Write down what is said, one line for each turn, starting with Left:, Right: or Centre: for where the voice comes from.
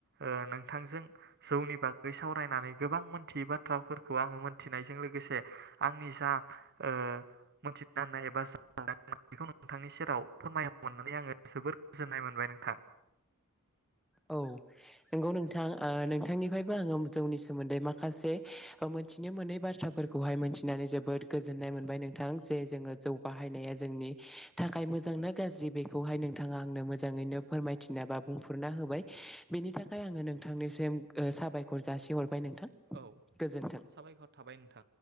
Right: ओ नोंथांजों जौनि बागै सावरायना नै गोबां मोनथियै बाथ्राफोरखौ आङो मोनथिनायजों लोगोसे आंनि जा ओ मिथिनो होननाय एबा जनाय बेखौ नोंथांनि सेराव फोरमाय मोननानै आङो जोबोर गोजोननाय मोनबाय नों थां।
Centre: औ नंगौ नोंथां ओ नोंथांनिफ्रायबो आङो जौनि सोमोन्दै माखासे मो थिनो मोनै बाथ्राफोरखौहाय मिथिनानै जोबोद गोजोननाय मोनबाय नोंथां जे जोङो जौ बाहायनाया जों नि थाखाय मोजांना गाज्रि बेखौहाय नोंथाङा आंनो मोजाङैनो फोरमायथिना बा बुंफोरुरना हो बाय बेनि थाखाय आङो नोंथांनिसिम साबायखर जासिहर बाय नोंथां
Right: औ
Centre: गोजोन्थों।
Right: साबायखर थाबाय नोंथां।